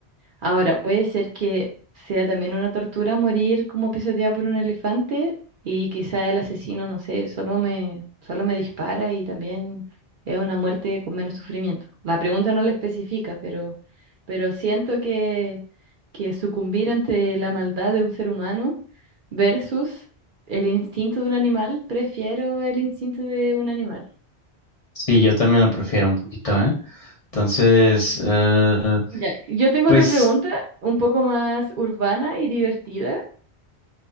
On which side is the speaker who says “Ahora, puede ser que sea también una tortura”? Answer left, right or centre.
Right